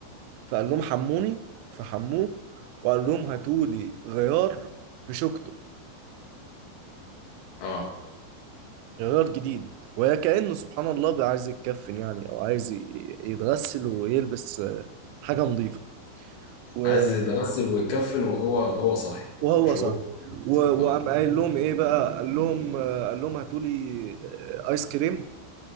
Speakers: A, on the right; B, on the left.
A: فقال لهم حموني فحموه وقال لهم هاتولي غيار بشوكته
B: اه
A: جرار جديد وكأنه سبحان الله بقى عايز يتكفن يعني أو عايز ي- يتغسل ويلبس آه، حاجة نظيفة و-
B: عايز يتغسل ويكفن وهو وهو صاحي
A: وهو
B: مش
A: صح
B: هو
A: و-
B: آه.
A: وقام قايل لهم إيه بقى قال لهم آه، قال لهم هاتوا لي آه، آيس كريم